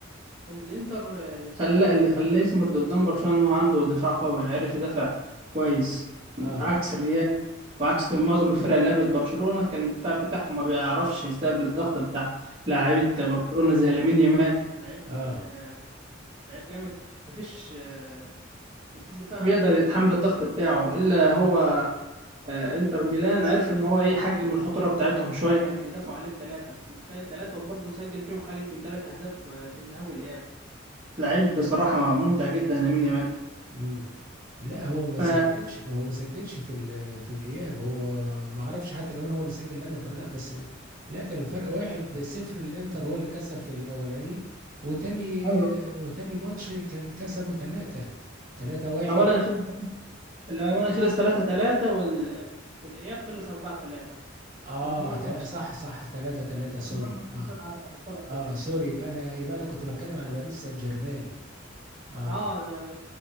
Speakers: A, on the right; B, on the right.
A: من الإنتر آه، اللي خلاه اللي خلاه يصمد قدام برشلونة إن هو عنده دفاع قوي عرف يدافع كويس
B: اه
A: عكس الريال وعكس معظم الفرق اللي قابلت برشلونة كان الدفاع بتاعهم ما بيعرفش يستقبل الضغط بتاع لاعيبة برشلونة زي لامين يامال لعيب
B: اه
A: آه، لعيب جامد مفيش آه، مفيش دفاع بيقدر يتحمل الضغط بتاعه إلا هو آه، انتر ميلان عرف ان هو ايه يحجم الخطوره بتاعتهم شويه كان بيدافعوا عليه بثلاثه متخيل ثلاثه وبرضه سجل فيهم حوالي يمكن ثلاث اهداف آه، في الذهاب والاياب لعيب بصراحه ممتع جدا لامين يامال
B: امم لا هو ما بس
A: ف
B: سجلش هو ما سجلش في ال- في الاياب هو ما اعرفش حتى كمان هو اللي سجل الهدف ولا لا بس لا كان الفرق واحد صفر الانتر هو اللي كسب في الاولاني وتاني
A: أيوة.
B: وتاني ماتش كان كسبه ثلاثة ثلاثة واحد
A: اولا خلص الاول خلص 3 3 وال... والاياب خلص 4 3
B: اه
A: مجموع الماتش
B: تل... صح صح ثلاثة ثلاثة سوري
A: مجموع الماتشين
B: اه
A: 7 7 6
B: اه سوري يبقى انا يبقى انا كنت بتكلم على باريس سان جيرمان اه
A: اه ده...